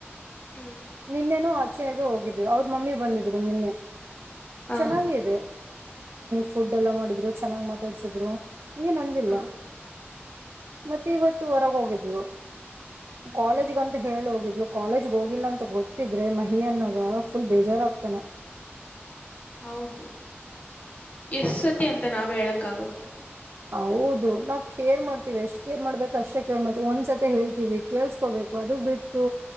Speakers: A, on the left; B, on the right.
A: ಹ್ಮ್
B: ನಿನ್ನೆನು ಆಚೆೆಯದು ಹೋಗಿದ್ದ್ ಅವ್ರ ಮಮ್ಮಿ ಬಂದಿದ್ರು ನಿನ್ನೆ
A: ಹಾ
B: ಚೆನ್ನಾಗಿ ಇದೆ ಫುಡ್ ಎಲ್ಲಾ ಮಾಡಿದ್ರು ಚೆನ್ನಾಗ್ ಮಾತಾಡ್ಸಿದ್ರು ಈಗನ್ಂದಿಲ್ವಾ
A: ಹಾ
B: ಮತ್ತೆ ಇವತ್ತು ಹೊರಗ ಹೋಗಿದ್ಲು
A: ಹ್ಮ್
B: ಕಾಲೇಜ್ಗಂತ ಹೇಳಿ ಹೋಗಿದ್ು ಇಲು ಕಾಲೇಜ್ ಹೋಗಿಲ್ಲ ಅಂತ ಗೊತ್ತಿದ್ರೆ ಮಹಿ ಅನ್ನಾಗ ಫುಲ್ ಬೇಜಾರಾಗಗ್ತಾನ
A: ಹೌದು ಎಸ್ ಸತಿ ಅಂತ ನಾವ್ ಹೇಳಕ್ಕಾಗುತ್ತೆ
B: ಹೌದು ನಾವ್ ಕೇರ್ ಮಾಡ್ತೀವಿ ಎಷ್ಟ್ ಕೇರ್ ಮಾಡ್ಬೇಕಕ್ ಅಷ್ಟೇ ಕೇರ್ ಮಾಡ್ತೀವಿ ಒಂದ್ಸತಿ ಹೇಳ್ತೀವಿ ಕೇಳ್ಸ್ಕೋಬೇಕು ಅದು ಬಿಟ್ಟು